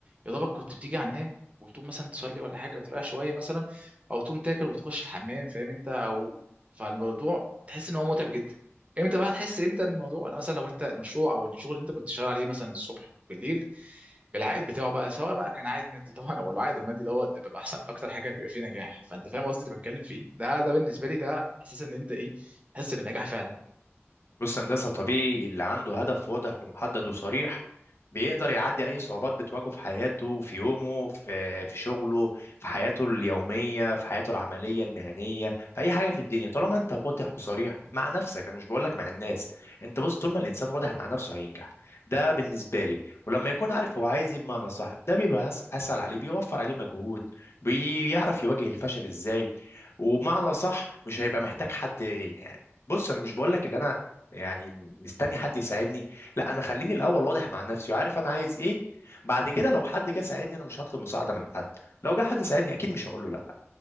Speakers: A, on the right; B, on the left.
A: يا دوبك كنت بتيجي على النام وبتقوم مثلا تصلي ولا حاجه وتريح شويه مثلا او تقوم تاكل وتخش الحمام فاهم انت او فالموضوع تحس ان هو متعب جدا امتى بقى تحس امتى إن الموضوع لا مثلا لو انت المشروع او الشغل اللي انت كنت شغال عليه مثلا الصبح بالليل العائد بتاعه بقى سواء بقى كان عائد مادي طبعا <laughs> هو العائد المادي دوت بيبقى احسن اكتر حاجه بيبقى فيه نجاح فانت فاهم قصدي اللي بتكلم فيه ده ده بالنسبه لي ده احساس ان انت ايه تحس بالنجاح فعلا
B: بص هندسة طبيعي اللي عنده هدف واضح ومحدد وصريح بيقدر يعدي أي صعوبات بتواجهه في حياته في يومه في في شغله في حياته اليومية في حياته العملية المهنية في أي حاجة في الدنيا طالما أنت واضح وصريح مع نفسك أنا مش بقولك مع الناس أنت بص طول ما الإنسان واضح مع نفسه هينجح ده بالنسبة لي ولما يكون عارف هو عايز إيه بمعنى صح ده بيبقى أس- أسهل عليه بيوفر عليه مجهود بيعرف يواجه الفشل إزاي وبمعنى صح مش هيبقى محتاج حد يعني. بص انا مش بقول لك اللي انا يعني مستني حد يساعدني لا انا خليني الاول واضح مع نفسي وعارف انا عايز ايه بعد كده لو حد جه ساعدني انا مش هطلب مساعده من حد لو جه حد ساعدني اكيد مش هقول له لا